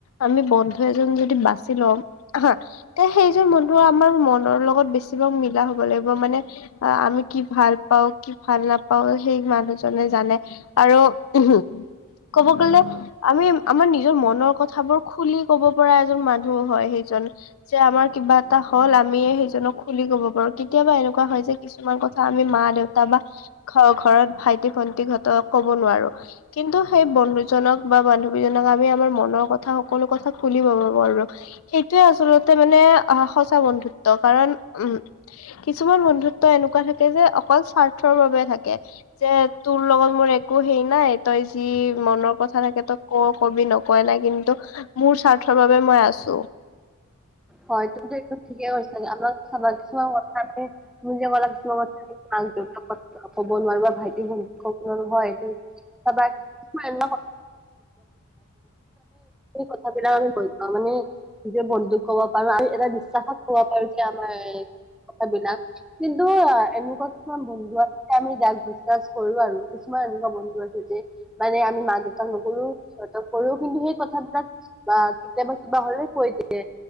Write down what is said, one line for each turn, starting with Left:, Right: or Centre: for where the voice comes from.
Left: আমি বন্ধু এজন যদি বাচি লম হা তে সেইজন বন্ধ আমাৰ মনৰ লগত বেছিভাগ মিলা হব লাগিব মানে আ আমি ভাল পাওঁ কি ভাল নাপাওঁ সেই মানুহজনে জানে। আৰু উম হম ক'ব গলে আমি আমাৰ নিজৰ মনৰ কথাবোৰ খুলি ক'ব পৰা এজন মানুহ হয় সেইজন। যে আমাৰ কিবা এটা হ'ল আমিয়ে সেইজনক খুলি ক'ব পাৰো কেতিয়াবা এনেকুৱা হয় যে কিছ ছুমান কথা আমি মা দেউতা বা ঘ ঘৰত ভাইটি ভন্টিহতক ক'ব নোৱাৰো কিন্তু সেই বন্ধুজনক বা বান্ধৱী জনক আমি আমাৰ মনৰ কথা সকলো কথা খুলি ক'ব পাৰো। সেইটোয়ে আচলতে মানে আহ সঁচা বন্ধুত্ব কাৰণ উম কিছুমান বন্ধুত্ব এনেকুৱা থাকে যে অকল স্বাৰ্থৰ বাবে থাকে। যে তোৰ লগত মোৰ একো হেই নাই তইছ যি মনৰ কথা থাকে তই ক কবি নকয় নাই কিন্তু মোৰ স্বাৰ্থৰ বাবে মই আছো।
Centre: হয় তমো এক ঠিকেই কৈছা আমাক চাবা কিছু কথা আম <inaudible> তুমি যে ক'লা কিছুমান কথা মাক দেউতাক কথা ক'ব নোৱাৰো ভাইটি ভণ্টি ক'ব নোৱাৰো হয় সেইটো <unintelligible> হেই কথা গিলাক আমি <unintelligible> মানে নিজৰ বন্দুক কব পাৰো আৰু এটা বিশ্বাসত কব পাৰো যে আমাৰ এ কথাবিলাক কিন্তু অ এনেকুৱা কিছুমান বন্ধু আছে আমি যাক বিশ্বাছ কৰো আৰু কিছুমান এনেকুৱা বন্ধু আছে যে মানে আমি মা দেউতাক নকৰো সিহঁত কৰো কিন্তু সেই কথাবিলাক বা কেতিয়াবা কিবা হ'লে কৈ দিয়ে।